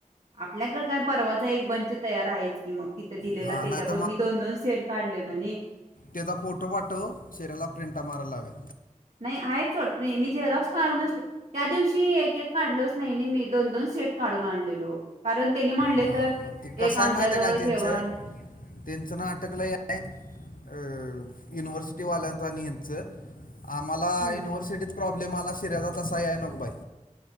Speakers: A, on the right; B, on the left.
A: आपल्याकडे काय परवाच एक बंच तयार आहेच की मग तिथं दिलेला
B: हा
A: त्याच्याबरोबर
B: नाही
A: मी दोन दोन सेट काढले. लो
B: तेचा फोटो वाटो शिर्याला प्रिंटा मारायला लाव.
A: नाही आहे चोडप मी झेरक्स काढूनचते त्या दिवशी एक एक काढलोच नाही मी दोन दोन सेट. ून आणलो कारण त्यांनी म्हणले
B: हा
A: तर
B: मग ते कसं
A: एक आमच्या
B: आहे माहिती
A: जवळ
B: आहे काय त्यांचं
A: ठवा.
B: त्यांचं ना अटकलंय आहे अ युनिव्हर्सिटी वाल्यांचा नच मला
A: हम्म
B: युनिव्हर्सिटीत प्रॉब्लेम आला शिर्याा तसा या. नकबाई